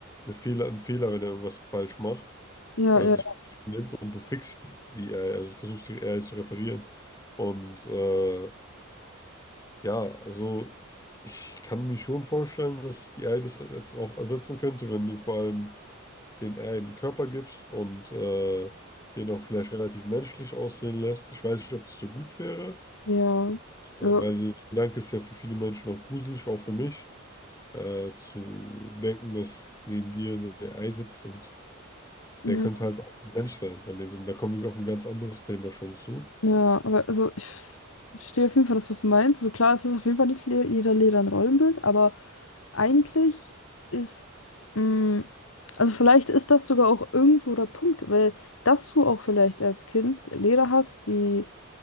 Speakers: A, on the left (about 15°); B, on the left (about 75°).
A: eine Fehler, ein Fehler, wenn er irgendwas falsch macht
B: ja,
A: oder
B: ja,
A: sich
B: ja.
A: nicht benimmt und du fixt die AI, also du versuchst die AI zu reparieren. Und äh, Ja, also ich kann mir schon vorstellen, dass die AI das jetzt auch ersetzen könnte, wenn du vor allem den AI einen Körper gibst und äh, den auch vielleicht relativ menschlich aussehen lässt. Ich weiß nicht, ob das so gut wäre,
B: ja.
A: äh,
B: Also,
A: weil der Gedanke ist ja für viele Menschen auch gruselig, auch für mich, äh, zu denken, dass neben dir eine AI sitzt und
B: ja.
A: der könnte halt auch ein Mensch sein, von dem Sinn. Da kommen wir auf ein ganz anderes Thema schon zu.
B: Ja, aber also ich f- verstehe auf jeden Fall, dass du es meinst. So also klar, es ist auf jeden Fall nicht le jeder Lehrer ein Rollenbild, aber eigentlich ist, mh, also vielleicht ist das sogar auch irgendwo der Punkt, weil dass du auch vielleicht als Kind Lehrer hast, die